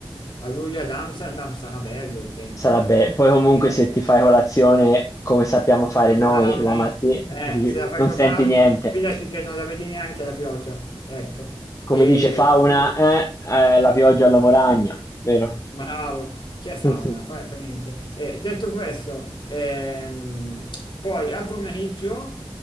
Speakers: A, on the left; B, on the left.
A: a luglio ad Amsterdam sarà bello il tempo,
B: Sarebbe
A: dai.
B: poi comunque
A: Eh,
B: se ti fai colazione come sappiamo fare
A: e con
B: noi
A: Brownie,
B: la mattina,
A: eh, se la fai
B: non
A: con
B: senti
A: Brownie,
B: niente.
A: fidati che non la vedi neanche la pioggia, ecco.
B: Come
A: E
B: dice Fauna,
A: quindi,
B: eh, eh, la pioggia all'uomo ragno, vero?
A: bravo, chi è fauna?
B: <laughs>
A: Fa, fa niente. Eh, detto questo, ehm, poi al pomeriggio,